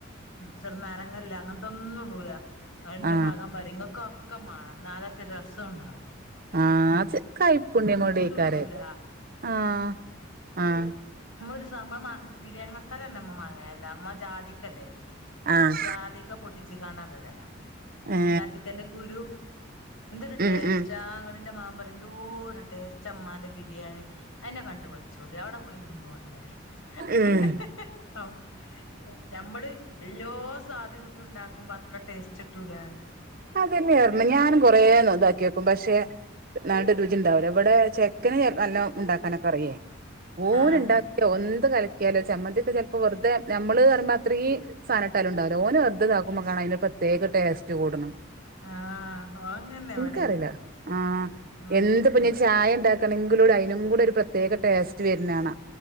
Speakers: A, on the left; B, on the right.
A: ചെർനാരങ്ങല്ലാ അങ്ങൻത്തോന്നുടൂലാ അന്റെ
B: ആ
A: മകം പറേം നിങ്ങക്കൊക്- ക്കെമാണം ന്നാ ലെറ്റ രസോണ്ടാവുലാ.
B: ആഹ് അത് കൈപ്പുണ്യ കൊണ്ടായ്ക്കാരേ
A: ഇടൂല
B: ആഹ് അഹ്
A: മ്മൊരു <unintelligible> ബിരിയാണി മസാലന്നെ മ്മ മാങ്ങല്ലാ മ്മ ജാതിക്കല്ലേ?
B: ആഹ്
A: ജാതിക്ക പൊട്ടിച്ചു കണ്ടാണ്ട് ഇടല
B: ഏ
A: ജാതിക്കന്റെ കുരു എന്തിരുട്ടെ
B: ഉം ഉം
A: സ് ചാങ്കടിന്റെ മാ പറ എന്തൂര ടേസ്റ്റ് അമ്മാന്റെ ബിരിയാണി അതിനെ കണ്ടുപഠിച്ചോളി അവിടെ നിനോളി പറയും <unintelligible>
B: ഉം
A: നമ്മള് ഏറ്റോ സ്വാധന ഇട്ടുണ്ടാക്കുമ്പോ അത്ര ടേസ്റ്റ് ഇിട്ടൂല ആറി
B: അതല്ലേ ർമ്മ ഞാനൻ കൊറെ ഇതാക്കി വെക്കും പക്ഷെ നാട്ട് രുചി ഉണ്ടാവലോ ഇവിടെ ചെക്കന് നല്ല ഉണ്ടാക്കാനൊക്കെ അറിയേ ഓല
A: ആഹ്
B: ഉണ്ട ഓ ന്ത്‌ കലക്കിയാലോ ചമ്മന്തിയൊക്കെ ചെൽപ്പോ വെർതെ നമ്മളർമ്പോ അത്രേ സാനട്ടാലുണ്ടാവില ഓനെർതാക്കുമ്പോ കാണ അയ്ന് പ്രത്യേക ടേസ്റ്റ് കൂട്ണ്.
A: ആഹ് ഓൻ അങ്ങനെന്നെ
B: നനക്കറിയില്ല
A: ഇവിടേം
B: ആ്ഹ്
A: ആഹ്
B: എന്പ്പ ഞൻ ചായ ഉണ്ടാക്ക ണമെങ്കിലൂടെ അതിനും കൂടെ ഒരു പ്രത്യേക ടേസ്റ്റ് വരുന്നതാണ്